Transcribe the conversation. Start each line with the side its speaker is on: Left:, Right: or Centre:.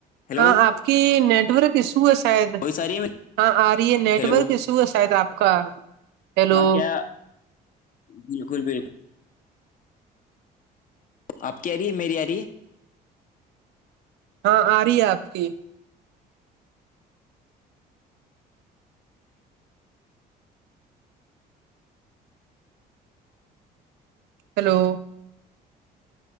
Left: ہیلو
Right: ہاں آپ کی نیٹورک ایشو ہے شاید
Left: کوئی ساری
Right: ہاں آ رہی ہے نیٹورک
Left: ہیلو
Right: ایشو تو سا ہے آپ کا ہیلو
Left: ہاں کیا بالکل بالکل آپ کی آ رہی ہے میری آ رہی ہے
Right: ہاں آ رہی ہے آپ کی ہلو